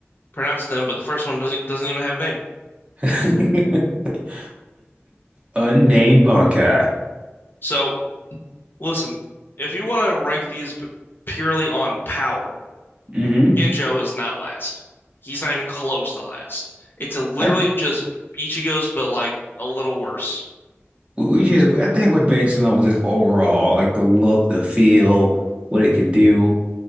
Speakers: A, on the left; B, on the right.
A: pronounce them, but the first one doesn't doesn't even have a name.
B: <laughs> Unnamed Bunkai.
A: So listen, if you want to rank these p- purely on power,
B: Mm-hmm.
A: Genjo is not last. He's not even close to last. It's a literally
B: I
A: just Ichigo's, but like a little worse.
B: we we just I think we're basing on this overall, like the look, the feel, what it can do.